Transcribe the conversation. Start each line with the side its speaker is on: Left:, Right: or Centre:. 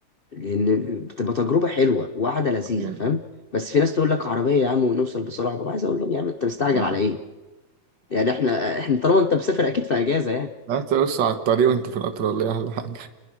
Left: لان بتبقى تجربه حلوه وقعده لذيذه
Right: يعني
Left: فاهم بس في ناس تقول لك عربيه يا عم ونوصل بسرعه ببقى عايز اقول لهم يا عم انت مستعجل
Right: ما
Left: على ايه يعني احنا احنا طالما انت مسافر اكيد في اجازه يعني
Right: لا تقص على الطريق وانت في القطر ولا ايه احلى حاجه